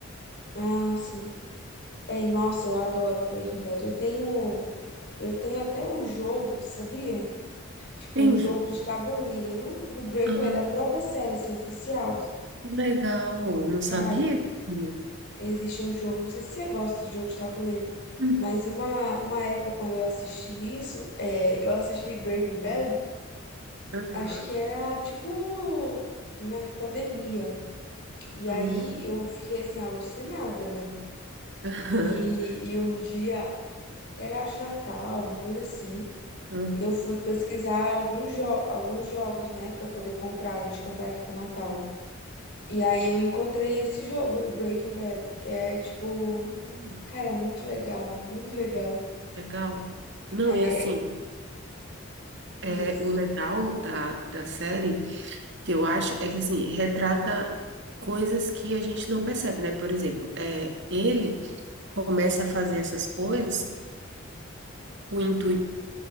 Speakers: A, on the left; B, on the right.
A: Ah, sim. É, nossa, eu adoro Breaking Bad. Eu tenho. Eu tenho até o jogo, sabia? Tipo,
B: Tem
A: um jogo de tabuleiro do Breaking
B: Ah,
A: Bad, da própria série, assim, oficial.
B: que legal. Não sabia
A: Cara,
B: que tinha.
A: existe um jogo, não sei se você gosta de jogos de tabuleiro.
B: Hum.
A: Mas uma, uma época quando eu assisti isso, é, eu assisti Breaking Bad,
B: Aham.
A: acho que era tipo na pandemia. E
B: Hum.
A: aí eu fiquei assim, alucinada, né?
B: Aham.
A: E, e um dia, era acho Natal, uma coisa assim.
B: Aham.
A: Eu fui pesquisar alguns, jo alguns jogos, né, Pra poder comprar, a gente comprar aqui pro Natal.
B: Hum.
A: E aí eu encontrei esse jogo do Breaking Bad. É tipo,
B: <laughs>
A: cara, é muito legal, muito legal.
B: Legal. Não,
A: É,
B: e assim,
A: é,
B: é,
A: diz.
B: o legal da, da série, que eu acho, é que assim, retrata coisas que a gente não percebe, né? Por exemplo, é, ele. começa a fazer essas coisas com o intuito